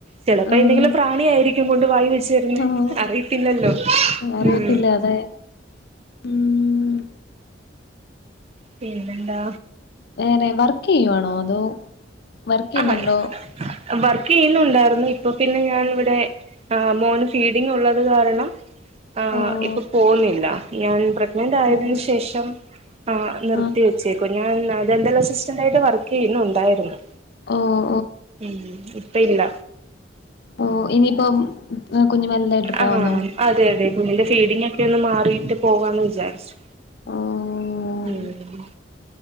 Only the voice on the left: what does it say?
ആഹ്
ആഹ്
അറിയത്തില്ല
അതെ ഉം
വേറെ വർക്ക് ചെയ്യുവാണോ ന്തോ വർക്ക് ചെയ്യുന്നുണ്ടോ
ഓഹ്
ഓഹ്
ആഹ്
ഓഹ്
ഓ ഇനിയിപ്പം <unintelligible> കുഞ്ഞ് വല്തായിട്ട് പോവാന്നോ
ഓഹ്